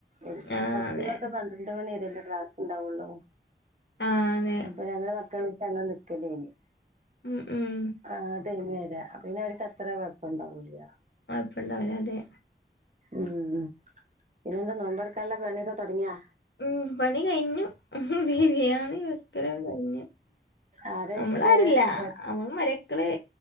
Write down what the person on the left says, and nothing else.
ആഹ്
അതെ
ആഹ് അതെ
ഉം ഉം
ഇങ്ങളെപ്പണ്ടാവുല്ല അതെ
ഉം പണി കഴിഞ്ഞു. ബിരിയാണി വെക്കലും കഴിഞ്ഞു.
അമ്മളരാരുല്ല
അവ മരക്കള്